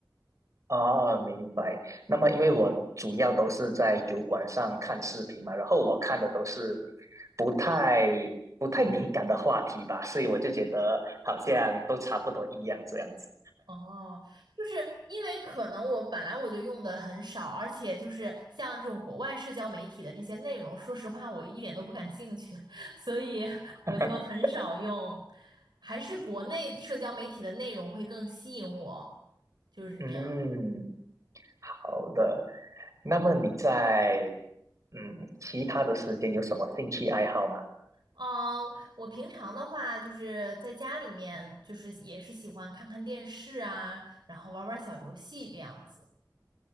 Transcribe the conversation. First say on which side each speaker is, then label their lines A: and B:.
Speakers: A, on the right; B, on the right.
A: 啊，明白。那么因为我主要都是在油管上看视频嘛，然后我看的都是不太不太敏感的话题吧，所以我就觉得好像都差不多一样这样子。
B: 哦，就是因为可能我本来我就用的很少，而且就是像这种国外社交媒体的这些内容，说实话我一点都不感兴趣，<laughs> 所以我就很少用，
A: <laughs>
B: 还是国内社交媒体的内容会更吸引我，就是这样。
A: 嗯，好的。那么你在嗯其他的时间有什么兴趣爱好吗？
B: 嗯，我平常的话就是在家里面，就是也是喜欢看看电视啊，然后玩玩小游戏这样子。